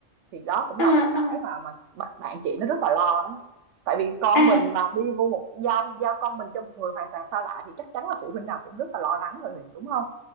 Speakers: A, on the right; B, on the left.
A: thì đó cũng
B: ờ,
A: là một cái
B: ờ.
A: mà mà bạn, bạn chị nó rất là lo đó tại vì con
B: à
A: mình mà đi vô một giao giao con mình cho một người hoàn toàn xa lạ thì chắc chắn là phụ huynh nào cũng rất là lo lắng rồi đúng không